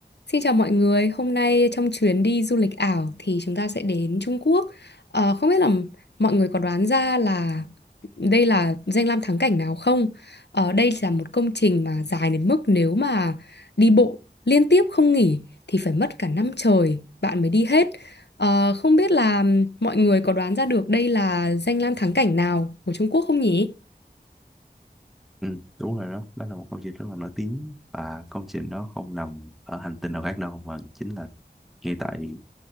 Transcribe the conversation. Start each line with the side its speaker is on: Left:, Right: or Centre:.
Left: Xin chào mọi người, hôm nay trong chuyến đi du lịch ảo thì chúng ta sẽ đến Trung Quốc. Ờ, không biết là mọi người có đoán ra là đây là danh lam thắng cảnh nào không? Ờ, đây là một công trình mà dài đến mức nếu mà đi bộ liên tiếp không nghỉ thì phải mất cả năm trời bạn mới đi hết. Ờ, không biết là mọi người có đoán ra được đây là danh lam thắng cảnh nào của Trung Quốc không nhỉ?
Centre: Ừ, đúng rồi đó, đó là một công trình rất là nổi tiếng và công trình đó không nằm ở hành tinh nào khác đâu mà chính là ngay tại